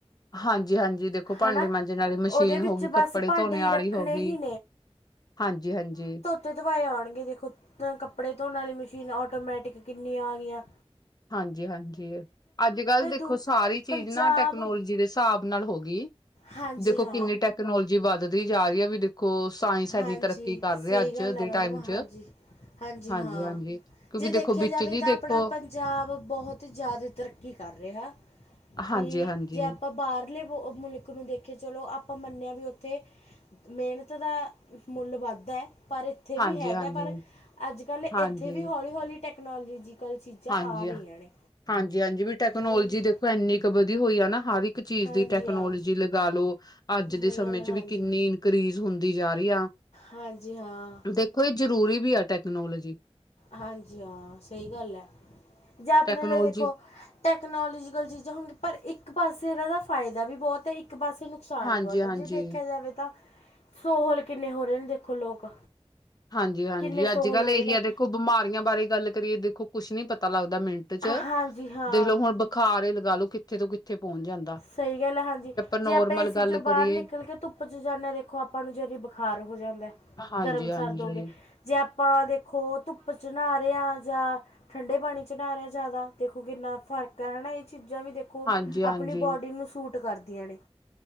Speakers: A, on the left; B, on the left.
A: ਹਾਂਜੀ-ਹਾਂਜੀ, ਦੇਖੋ ਭਾਂਡੇ
B: ਹਨਾ
A: ਮਾਂਜਨ ਵਾਲੀ ਮਸ਼ੀਨ
B: ਉਹਦੇ ਵਿੱਚ
A: ਹੋਗੀ, ਕੱਪੜੇ
B: ਬਸ ਭਾਂਡੇ
A: ਧੋਣੇ
B: ਹੀ
A: ਵਾਲੀ
B: ਰੱਖਣੇ
A: ਹੋਗੀ।
B: ਹੀ
A: ਹਾਂਜੀ-ਹਾਂਜੀ।
B: ਤੇ ਧਵਾਏ ਆਉਣਗੇ ਦੇਖੋ, ਕੱਪੜੇ ਧੋਣ ਵਾਲੀ ਮਸ਼ੀਨ ਆਟੋਮੈਟਿਕ ਕਿੰਨੀਆਂ ਆਗੀਆਂ।
A: ਹਾਂਜੀ-ਹਾਂਜੀ, ਅੱਜ-ਕੱਲ ਦੇਖੋ
B: ਦੁ-
A: ਸਾਰੀ
B: ਪੰਜਾਬ
A: ਚੀਜ਼ ਨਾ ਟੈਕਨੋਲੋਜੀ ਦੇ ਸ੍ਹਾਬ ਨਾਲ ਹੋਗੀ।
B: ਹਾਂਜੀ-ਹਾਂ
A: ਕਿੰਨੀ ਟੈਕਨੋਲੋਜੀ ਵੱਧਦੀ ਜਾ ਰਹੀ ਆ, ਵੀ ਦੇ ਖੋ, ਸਾਇੰਸ ਇੰਨੀ
B: ਹਾਂਜੀ
A: ਤਰੱਕੀ ਕਰ
B: ਸਹੀ
A: ਰਿਹਾ ਅੱਜ
B: ਗੱਲ ਹੈ
A: ਦੇ
B: ਮੈਡਮ
A: ਟਾਇਮ'ਚ।
B: ਹਾਂਜੀ ਹਾਂਜੀ
A: ਹਾਂਜੀ-ਹਾਂਜੀ,
B: ਹਾਂ
A: ਕਿਉਂਕਿ
B: ਜੇ
A: ਦੇਖੋ
B: ਦੇਖਿਆ
A: ਵਿੱਚ
B: ਜਾਵੇ
A: ਜੀ
B: ਤਾਂ
A: ਦੇਖੋ
B: ਆਪਣਾ ਪੰਜਾਬ ਬਹੁਤ ਜ਼ਿਆਦੇ ਤਰੱਕੀ ਕਰ ਰਿਹਾ,
A: ਹਾਂਜੀ
B: ਵੀ
A: ਹਾਂਜੀ
B: ਜੇ ਆਪਾ ਬਾਰ ਬਢਲੇ ਮੁਲਕ ਨੂੰ ਦੇਖੇ ਚਲੋ, ਆਪਾਂ ਮੰਨਨੇ ਆ, ਵੀ ਉੱਥੇ ਮਿਹਨਤ ਦਾ ਮੁੱਲ ਵੱਧਦੈ, ਪਰ ਇੱਥੇ
A: ਹਾਂਜੀ
B: ਵੀ ਹੈਗਾ
A: ਹਾਂਜੀ
B: ਪਰ ਅੱਜ-ਕੱਲ ਇੱਥੇ
A: ਹਾਂਜੀ
B: ਵੀ ਹੌਲੀ-ਹੌਲੀ ਟੈਕਨੋਲੋਜੀਕਲ ਚੀਜ਼ਾਂ
A: ਹਾਂਜੀ
B: ਆ ਰਹੀਆਂ ਨੇ।
A: ਹਾਂਜੀ-ਹਾਂਜੀ, ਵੀ ਟੈਕਨੋਲਜੀ
B: ਹਾਂਜੀ
A: ਦੇਖੋ ਇੰਨੀ ਕੁ ਵਧੀ ਹੋਈ ਆ ਨਾ, ਹਰ ਇੱਕ ਚੀਜ਼
B: ਹਾਂਜੀ
A: ਦੀ ਟੈਕਨੋਲੋਜੀ
B: ਹਾਂ
A: ਲਗਾਲੋ ਅੱਜ ਦੇ
B: ਸਹੀ
A: ਸਮੇਂ'ਚ,
B: ਗੱਲ ਹੈ ਹਾਂਜੀ
A: ਵੀ ਕਿੰਨੀ ਇਨਕਰੀਜ਼ ਹੁੰਦੀ ਜਾ ਰਹੀ ਆ।
B: ਹਾਂਜੀ-ਹਾ।
A: ਦੇਖੋ ਇਹ ਜ਼ਰੂਰੀ ਵੀ ਆ, ਟੈਕਨੋਲੋਜੀ।
B: ਹਾਂਜੀ-ਹਾਂ, ਸਹੀ ਗੱਲ ਐ, ਜਾਂ ਆਪਣੇ
A: ਟੈਕਨੋਲੋਜੀ
B: ਲਈ ਦੇਖੋ ਟੈਕਨੋਲੋਜੀਕਲ ਚੀਜ਼ਾਂ ਹੋਣਗੀ, ਪਰ ਇੱਕ ਪਾਸੇ ਇਹਨਾ ਦਾ ਫਾਇਦਾ ਵੀ ਬਹੁਤ ਏ, ਇੱਕ ਪਾਸੇ ਨੂੰ ਨੁਕਸਾਨ
A: ਹਾਂਜੀ-ਹਾਂਜੀ
B: ਵੀ ਬਹੁਤ ਆ, ਜੇ ਦੇਖਿਆ ਜਾਵੇ ਤਾਂ ਸੋਹਲ ਕਿੰਨੇ ਹੋ ਰਹੇ ਨੇ ਦੇਖੋ ਲੋਕ।
A: ਹਾਂਜੀ-ਹਾਂਜੀ,
B: ਕਿੰਨੇ ਸੋਹਲ
A: ਅੱਜ-ਕੱਲ
B: ਹੋ
A: ਇਹੀ
B: ਰਹੇ ਨੇ
A: ਆ ਦੇਖੋ ਬਿਮਾਰੀਆਂ ਬਾਰੇ ਗੱਲ ਕਰੀਏ ਦੇਖੋ ਕੁਛ ਨੀ ਪਤਾ ਲੱਗਦਾ ਮਿੰਟ'ਚ,
B: ਹਾਂਜੀ ਹਾਂ
A: ਦੇਖਲੋ ਹੁਣ ਬੁਖਾਰ ਲਗਾਲੋ ਕਿੱਥੇ ਤੋਂ ਕਿੱਥੇ ਪਹੁੰਚ ਜਾਂਦਾ।
B: ਸਹੀ ਗੱਲ ਐ, ਹਾਂਜੀ।
A: ਨੋਰਮਲ
B: ਜੇ ਆਪਾਂ ਏਸੀ'ਚੋ
A: ਗੱਲ ਕਰੀਏ
B: ਬਾਹਰ ਨਿਕਲ ਕੇ ਧੁੱਪ'ਚ ਜਾਂਨੇੇ ਆ, ਦੇਖੋ ਆਪਾਂ ਨੂੰ ਜਰੀ ਬੁਖਾਰ ਹੋ ਜਾਂਦੈ।
A: ਹਾਂਜੀ-ਹਾਂਜੀ
B: ਗਰਮ-ਸਰਦ ਹੋਗੇ, ਜੇ ਆਪਾਂ ਦੇਖੋ ਧੁੱਪ'ਚ ਨ੍ਹਾਰੇ ਆ, ਜਾਂ ਠੰਡੇ ਪਾਣੀ'ਚ ਨਾ ਰਿਹਾ ਜ਼ਾਦਾ, ਦੇਖੋ ਕਿੰਨਾ ਫਰਕ ਹੈ ਹਨਾ ਇਹ ਚੀਜ਼ਾਂ ਵੀ ਦੇ ਖੋ,
A: ਹਾਂਜੀ-ਹਾਂਜੀ
B: ਆਪਣੀ ਬੋਡੀ ਨੂੰ ਸੂਟ ਕਰਦੀਆਂ ਨੇ।